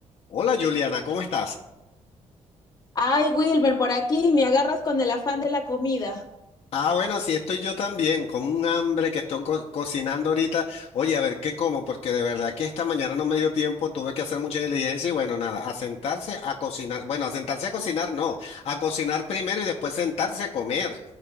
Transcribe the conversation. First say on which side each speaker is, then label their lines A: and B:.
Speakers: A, on the left; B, on the left.
A: Hola Juliana, ¿cómo estás?
B: Ay, Wilmer, por aquí me agarras con el afán de la comida.
A: Ah, bueno, sí estoy yo también, con un hambre que estoy co- cocinando ahorita. Oye, a ver, ¿qué como? Porque de verdad que esta mañana no me dio tiempo, tuve que hacer mucha diligencia y bueno, nada, a sentarse a cocinar. Bueno, a sentarse a cocinar, no, a cocinar primero y después sentarse a comer.